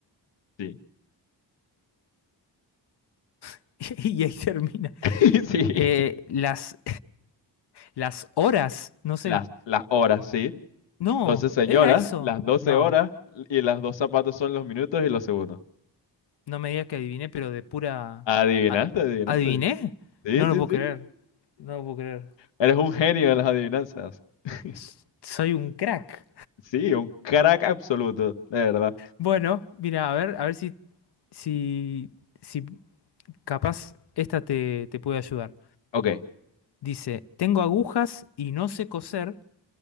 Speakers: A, on the left; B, on the left.
A: sí.
B: <laughs> Y ahí termina.
A: <laughs> Sí,
B: Eh, las Las horas, no sé.
A: las, las horas, sí.
B: No,
A: Doce señoras,
B: era eso.
A: las doce
B: No,
A: horas y las dos zapatos son los minutos y los segundos.
B: no me digas que adiviné, pero de pura...
A: Adivinaste,
B: a-
A: adivinaste.
B: ¿Adiviné?
A: Sí,
B: No
A: sí,
B: lo puedo
A: sí.
B: creer. No lo puedo creer.
A: Eres un genio de las adivinanzas. <laughs>
B: S- Soy un crack.
A: Sí, un crack absoluto, de verdad.
B: Bueno, mira, a ver, a ver si, si, si capaz esta te, te puede ayudar.
A: Ok,
B: Dice, tengo agujas y no sé coser,